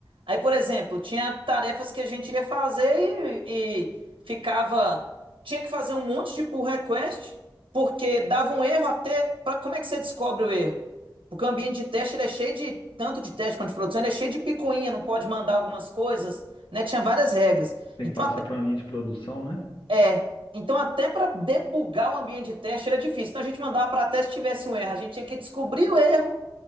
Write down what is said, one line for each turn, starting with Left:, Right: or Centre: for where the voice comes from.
Right: Aí, por exemplo, tinha tarefas que a gente iria fazer e, e ficava. Tinha que fazer um monte de pull request, porque dava um erro até. Pra, como é que você descobre o erro? Porque o ambiente de teste ele é cheio de. Tanto de teste quanto de produção, ele é cheio de picuinha, não pode mandar algumas coisas, né? Tinha várias regras.
Left: Tem
Right: Então,
Left: que passar
Right: até,
Left: para uma linha de produção, né?
Right: é, então, até para debugar o ambiente de teste era difícil. Então, a gente mandava para teste tivesse um erro. A gente tinha que descobrir o erro